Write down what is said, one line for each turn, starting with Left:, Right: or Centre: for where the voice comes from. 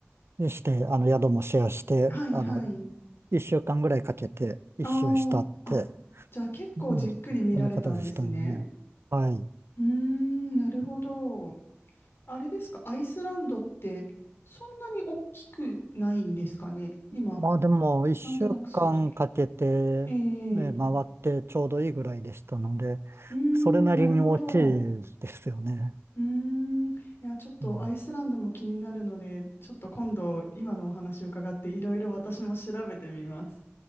Right: して、あの、宿もシェアして、
Left: はいはい。
Right: あの、一週間ぐらいかけて一周したって、
Left: あーあ、じゃあ結構じっくり見られたんですね。
Right: うん、そんな形でしたよね。はい。
Left: うーん、なるほど。あれですか、アイスランドってそんなに大きくないんですかね。今、
Right: まあでも、一週間かけて、
Left: なんとなく想像。
Right: え
Left: ええう
Right: ー回ってちょうどいいぐらいでしたので、
Left: ーん、
Right: それなりに大きい
Left: なるほど。う
Right: ですよね。
Left: ーん、いや、ちょっとアイスランドも気になるので、
Right: うん
Left: ちょっと今度、今のお話を伺って、いろいろ私も調べてみます。